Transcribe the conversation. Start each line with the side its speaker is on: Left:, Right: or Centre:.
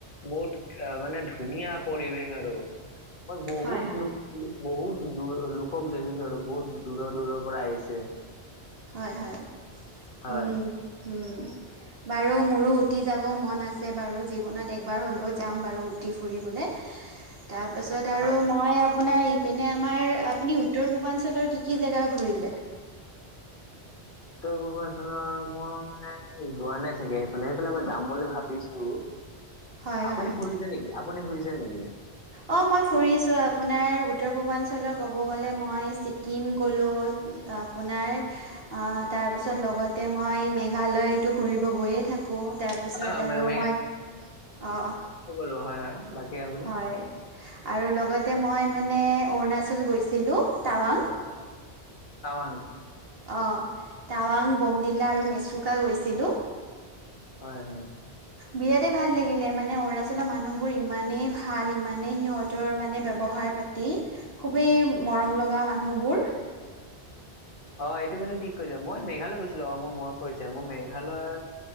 Left: বহুত মানে ধুনীয়া পৰিৱেশ আৰু মই বহুত
Right: হয়, হয়,
Left: লোক, বহুত দূৰ- লোকক দেখিছো আৰু, বহুত দূৰৰ - দূৰৰ পৰা আহিছে।
Right: হয় - হয়,
Left: হয়
Right: উম, উম। বাৰু, মোৰো ওটি যাব মন আছে বাৰু। জীৱনত একবাৰ হ'লেও যাম বাৰু, ওটি ফুৰিবলৈ।
Left: <inaudible>
Right: তাৰ পাছত আৰু
Left: হয়
Right: মই আ পোনাৰ এইপিনে আমাৰ- আপুনি উত্তৰ-পূৰ্বাঞ্চলৰ কি - কি জেগা ঘূৰিলে?
Left: উত্তৰ-পূৰ্বাঞ্চলৰ মই যোৱা নাই চাগে এইফালে। সেইফালে মই যাম বুলি ভাবিছোঁ।
Right: হয়
Left: আপুনি
Right: হয়।
Left: ফুৰিছে নেকি? আপুনি ফুৰিছে নেকি?
Right: অ' মই ফুৰিছোঁ আপোনাৰ উত্তৰ-পূৰ্বাঞ্চলৰ ক'ব গ'লে, মই ছিকিম গ'লোঁ, আপোনাৰ অ'- তাৰপিছত লগতে মই মেঘালয়তো ঘুৰিব গৈয়ে থা কোঁ। তাৰপিছত
Left: হয় হয়
Right: আৰু
Left: মে-
Right: মই অ'
Left: লো হয় - হয়, বাকী আপুনি
Right: হয়। আৰু লগতে মই মানে অৰুণাচল গৈছিলোঁ, টাৱাং।
Left: টাৱাং?
Right: অ' টাৱাং, বোমডিলা আৰু মেচুকা গৈছিলোঁ।
Left: হয় - হয়।
Right: বিৰাটে ভাল লাগিলে, মানে অৰুণাচলৰ মানুহবোৰ ইমানেই ভাল, ইমানেই সিহঁতৰ মানে ব্যৱহাৰ-পা তি, খুবেই মৰম লগা মানুহবোৰ।
Left: অ' এইটো কিন্তু ঠিক কৈছা। মই মেঘালয় গৈছিলোঁ আও, মোৰ মনত পৰিছে। মোৰ মেঘালয়